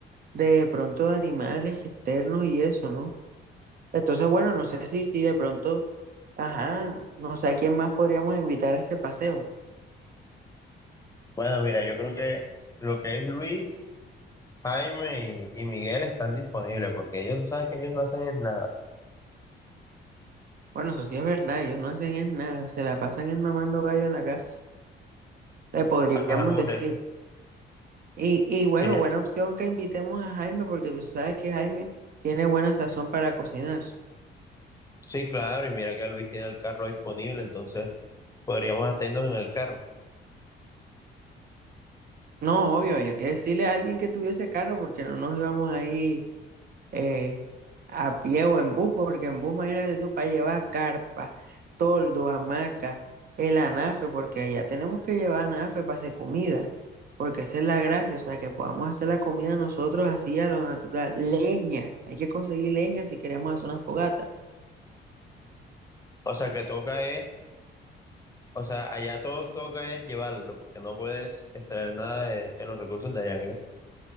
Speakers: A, on the right; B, on the left.
A: de pronto de animales externos y eso, ¿no? Entonces, bueno, no sé si, si de pronto, ajá, no sé a quién más podríamos invitar a ese paseo.
B: Bueno, mira, yo creo que lo que es Luis, Jaime y, y Miguel están disponibles porque ellos, tú sabes que ellos no hacen es nada.
A: Bueno, eso sí es verdad, ellos no hacen es nada, se la pasan en mamando gallo en la casa, le podríamos
B: Ajá, por
A: decir.
B: eso.
A: Y, y bueno,
B: Sí,
A: buena opción que invitemos a Jaime, porque tú sabes que Jaime tiene buena sazón para cocinar.
B: Sí, claro, y mira que Luis tiene el carro disponible, entonces podríamos atendernos en el carro.
A: No, obvio, había que decirle a alguien que tuviese carro, porque no nos íbamos ahí eh, a pie o en bus, porque en bus, imagínate tú, para llevar carpa, toldo, hamaca, el anafe, porque allá tenemos que llevar anafe para hacer comida, porque esa es la gracia, o sea, que podamos hacer la comida nosotros así a lo natural. Leña, hay que conseguir leña si queremos hacer una fogata.
B: O sea, que toca es, o sea, allá todo toca es llevarlo, porque no puedes extraer nada de, de los recursos de allá, ¿qué?